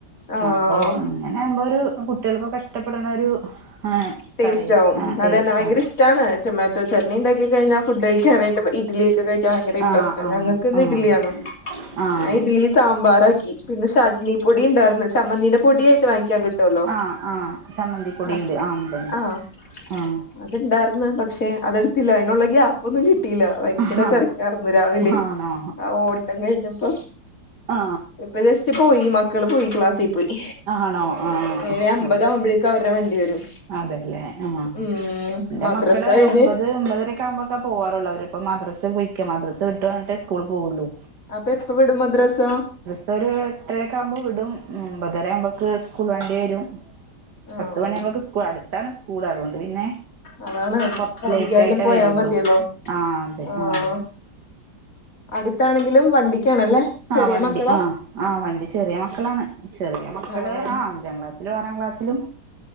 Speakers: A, on the left (about 45°); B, on the right (about 65°).
A: ആഹ്
B: അപ്പൊ ഇങ്ങനെ ആകുമ്പോ ഒരു കുട്ടികൾക്കൊക്കെ ഇഷ്ടപ്പെടണ ഒരു ആഹ്
A: ടേസ്റ്റ്
B: കറി
A: ആവും
B: ആഹ്
A: അതന്നെ
B: ടേസ്റ്റ്
A: ഭയങ്കര
B: ആണ്
A: ഇഷ്ടാണ് റ്റോമാറ്റൊ ചട്ടനി ഉണ്ടാക്കി കഴിഞാൽ ഫുഡ് കഴിക്കാനായിട്ട് ഇട്ലി ഒക്കെ കഴി ഭയങ്കര ഇൻട്രസ്റ്റ്
B: ആഹ് ആഹ്
A: ഞങ്ങക്ക് ഇന്ന് ഇഡ്ലിയാണ്
B: ആഹ് ആഹ്
A: ഞാൻ ഇഡലി സാമ്പാറാക്കി പിന്നെ ചട്നി പൊടി ഉണ്ടായിർന്ന് ചമ്മന്തീന്റെ പൊടിയായിട്ട് വാങ്ങിക്കാൻ കിട്ടുവല്ലോ
B: ആഹ് ആഹ് ചമ്മന്തിപ്പൊടി
A: അ
B: ഉണ്ട് ആഹ് ഉണ്ട്
A: ആഹ്
B: ഉണ്ട്
A: അത്ണ്ടാർന്ന് പക്ഷെ അതെടുത്തില്ല അതിനുള്ള ഗ്യാപ്പൊന്നും കിട്ടിയില്ല ഭയങ്കര
B: ആഹ് ആഹാ
A: തിരക്കായിർരുന്നു രാവിലെ
B: ആണോ
A: ആ ഓട്ടം കഴിഞ്ഞപ്പോ
B: ആ
A: ഇപ്പൊ ജസ്റ്റ് പോയി മക്കള് പോയി ക്ലാസ്സിൽ പോയി
B: ആണോ ആഹ്
A: ഏഴ് അമ്പത ആകുമ്പോഴേക്ക അവരുടെ വണ്ടി വരും
B: അതെല്ലേ ആ
A: ഉം
B: എന്റെ
A: മദ്രസ
B: മക്കള്
A: കഴിഞ്ഞ്
B: ഒമ്പത് ഒൻതരക്ക ആകുമ്പോൊക്കെ പോാറുള്ള അവരിപ്പോ മദ്രസ് പോയ്ക്ക മദ്രസ് വിട്ടു വ ന്നിട്ടേ സ്കൂൾ പോവുള്ളു
A: അപ്പൊ എപ്പ വിടും മദ്രാസ
B: സ ഒരു എട്ടരക്കെ ആകുമ്പോ വിടും ഒമ്പതര ആവുമ്പോക്ക് സ്കൂൾ വേണ്ടി വരും
A: ആഹ്
B: പത്ത് മണിയാകുമ്പോക്കെ സ് അടുത്താണ് സ്കൂൾ അതുകൊണ്ട് പിന്നെ
A: അതാണ്
B: കുറച്ച്
A: വൈകിയാലും
B: ലേറ്റ് ആയിട്ടേ
A: പോയാ
B: വരുള്ളു
A: മതിയല്ലോ
B: ആഹ അതെ
A: ആഹ്
B: ആഹ
A: അടുത്താണെങ്കിലും വണ്ടിക്കാണല്ലേ ചെറിയ
B: ആ വണ്ടി
A: മക്കളാ
B: ആ ആ വണ്ടി ചെറിയ മക്കളാണ് ചെറിയ മക്കള്
A: ആഹ്
B: ആ അഞ്ചാം ക്ലാസ്സിലും ആറാം ക്ലാസ്സിലും